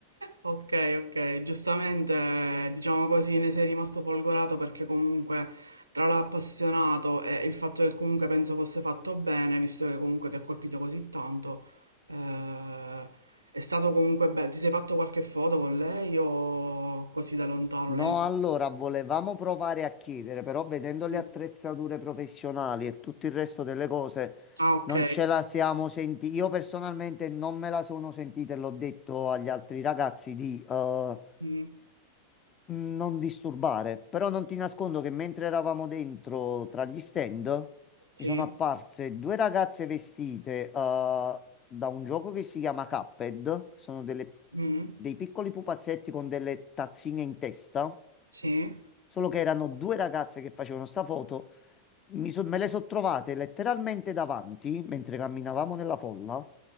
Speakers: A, on the right; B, on the left.
A: Ok, ok, giustamente diciamo così ne sei rimasto folgorato perché comunque tra l'appassionato e il fatto che comunque penso fosse fatto bene, visto che comunque ti ha colpito così tanto, eh, è stato comunque bello. Ti sei fatto qualche foto con lei o così da lontano?
B: No,
A: Lei...
B: allora volevamo provare a chiedere, però vedendo le
A: Mm.
B: attrezzature professionali e tutto il resto delle cose,
A: Ah, ok.
B: non ce la siamo sentiti. Io personalmente non me la sono sentita e l'ho detto agli altri ragazzi di... eh,
A: Mm.
B: non disturbare, però non ti nascondo che mentre eravamo dentro tra gli stand
A: Sì,
B: mi sono apparse due ragazze vestite eh, da un gioco che si chiama Cuphead, che sono delle-
A: Mm.
B: dei piccoli pupazzetti con delle tazzine in testa,
A: Sì,
B: solo che erano due ragazze che facevano sta foto, mi so- me le sono trovate letteralmente davanti mentre camminavamo nella folla